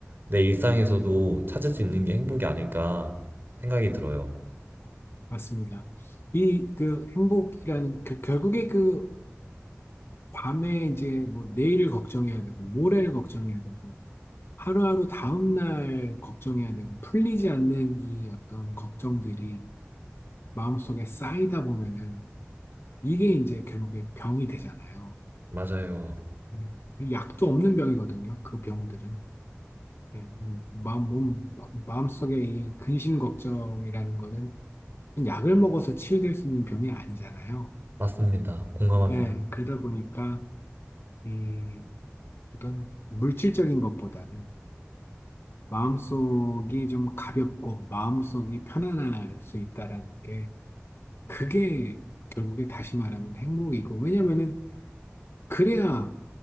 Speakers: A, on the right; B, on the left.
A: 내 일상에서도 찾을 수 있는 게 행복이 아닐까 생각이 들어요.
B: 맞습니다. 이 그 행복이라는 그, 결국에 그 밤에 이제 뭐 내일을 걱정해야 되고 모레를 걱정해야 되고 하루하루 다음날 걱정해야 되고 풀리지 않는 이 어떤 걱정들이 마음속에 쌓이다 보면은 이게 이제 결국에 병이 되잖아요.
A: 맞아요.
B: 음, 약도 없는 병이거든요. 그 병들은. 네, 음, 마음, 몸, 마음속에 이 근심 걱정이라는 거는 약을 먹어서 치유될 수 있는 병이 아니잖아요.
A: 맞습니다. 공감합니다.
B: 네, 그러다 보니까 이 어떤 물질적인 것보다는 마음속이 좀 가볍고 마음속이 편안할 수 있다라는 게 그게 결국에 다시 말하면 행복이고, 왜냐면은 그래야